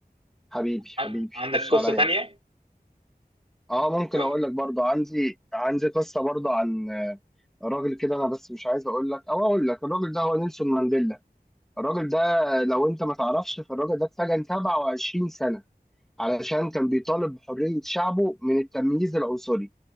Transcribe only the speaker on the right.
عن- عندك
قصة
تانية؟
و...